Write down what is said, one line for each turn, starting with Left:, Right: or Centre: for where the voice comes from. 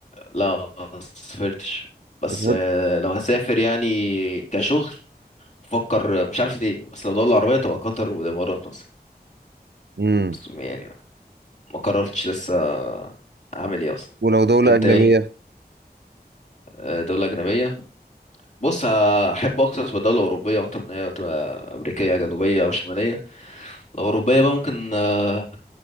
Left: لا ما سافرتش بس
Right: ما سافرت-
Left: آه، لو هسافر يعني كشغل بفكر مش عارف ليه بس لو دولة عربية تبقى قطر والامارات مثلا
Right: امم
Left: بس يعني ما قررتش لسه اعمل ايه اصلا
Right: ولو دولة
Left: انت
Right: أجنبية
Left: ايه آه، دولة أجنبية بص احب اقصص بدولة أوروبية أكتر من هي تبقى أمريكية جنوبية أو شمالية الأوروبية بقى ممكن آه،